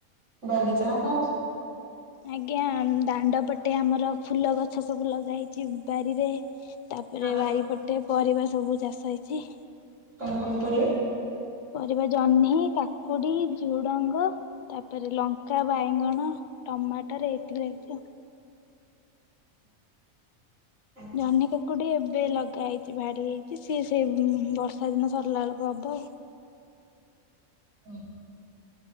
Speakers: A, on the right; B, on the left.
A: ବାଗିଚା। <unintelligible>
B: ଆଜ୍ଞା ଦାଣ୍ଡ ପଟେ ଆମର ଫୁଲ ଗଛ ସବୁ ଲଗାହେଇଚି ବାରିରେ। ତାପରେ
A: ଆଉ
B: ବାରିପଟେ ପରିବା ସବୁ ଚାଷ ହେଇଚି।
A: କଣ କଣ ପରିବା?
B: ପରିବା ଜହ୍ନି କା କୁଡ଼ି, ଝୁଡ଼ଙ୍ଗ ତାପରେ ଲଙ୍କା, ବାଇଗଣ, ଟମାଟର ଏତିକି ଲାଗିଛି ଆଉ।
A: ଆଚ୍ଛା
B: ଜହ୍ନି, କାକୁଡି ଏ ଏବେ ଲଗା ହେଇଚି ଭାଡି ହେଇଚି ସିଏ ସେ ବର୍ଷା ଦିନ ସରିଲା ବେଳକୁ ହବ ଆଉ।
A: ହୁଁ।